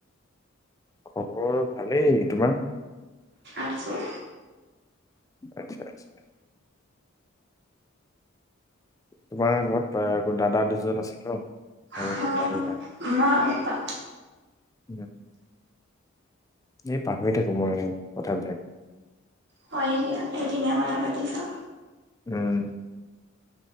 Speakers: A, on the left (about 15°); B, on the right (about 55°).
A: খবৰ ভালেই তোমাৰ।
B: আছোঁ।
A: আচ্ছা আচ্ছা। তোমাৰ ঘৰত আ, দাদা দুজন আছিল ন আৰু
B: অ'
A: মা দেউতা।
B: মা, পাপা।
A: উম, এই পাহৰি থাকো মই কথাবিলাক।
B: হয়ই দিয়া, এদিনে কথা পাতি চা।
A: উম,